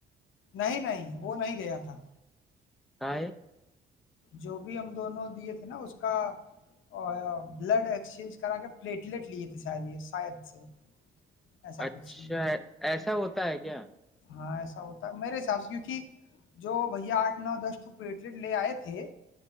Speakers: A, on the left; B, in the centre.
A: نہیں نہیں وہ نہیں گیا تھا
B: کا
A: جو بھی ہم دونوں دیے تھے نا اس کا او بلڈ ایکسچینج کرا کے پلیٹلیٹ لیے تھے شاید یہ شاید سے ایسا
B: اچھا
A: کچھ سین تھا
B: ایسا ہوتا ہے کیا
A: ہاں ایسا ہوتا ہے میرے حساب سے کیونکہ جو بھیا آٹھ نو دس تو پلیٹلیٹ لے آئے تھے